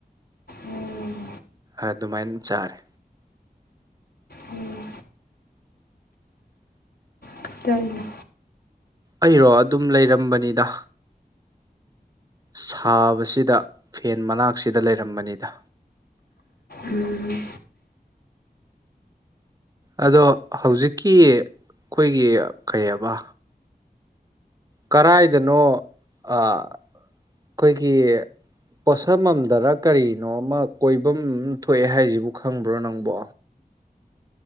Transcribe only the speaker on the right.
ꯑꯗꯨꯃꯥꯏꯅ ꯆꯥꯔꯦ
ꯑꯩꯔꯣ ꯑꯗꯨꯝ ꯂꯩꯔꯝꯕꯅꯤꯗ ꯁꯥꯕꯁꯤꯗ ꯐꯦꯟ ꯃꯅꯥꯛꯁꯤꯗ ꯂꯩꯔꯝꯕꯅꯤꯗ
ꯑꯗꯣ ꯍꯧꯖꯤꯛꯀꯤ ꯑꯩꯈꯣꯏꯒꯤ ꯀꯩꯕ ꯀꯔꯥꯏꯗꯅꯣ ꯑ ꯑꯩꯈꯣꯏꯒꯤ ꯄꯣꯠꯁꯝꯃꯝꯗꯔ ꯀꯔꯤꯅꯣ ꯑꯃ ꯀꯣꯏꯐꯝ ꯊꯣꯛꯑꯦ ꯍꯥꯏꯁꯤꯕꯨ ꯈꯪꯕ꯭ꯔꯣ ꯅꯪꯕꯣ